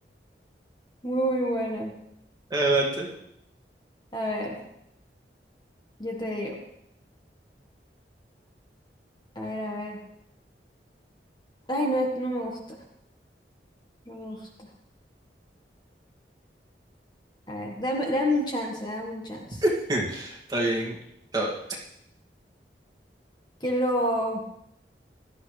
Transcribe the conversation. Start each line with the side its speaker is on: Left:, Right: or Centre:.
Left: Muy, muy bueno.
Right: Adelante.
Left: A ver. Yo te digo, a ver, a ver. Ay, no, esto no me gusta, no me gusta. A ver, dame, dame un chance, dame un chance.
Right: <laughs> Está bien. Está-
Left: Que lo,